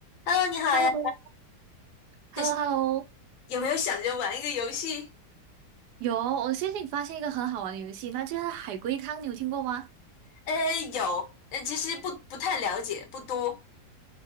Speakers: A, on the left (about 55°); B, on the right (about 75°).
A: Hello，你好呀，
B: h e l l o
A: 就是
B: h e l l o h e l l o
A: 有没有想着玩一个游戏？
B: 有，我最近发现一个很好玩的游戏，那就是海龟汤，你有听过吗？
A: 呃，有，呃，其实不不太了解，不多。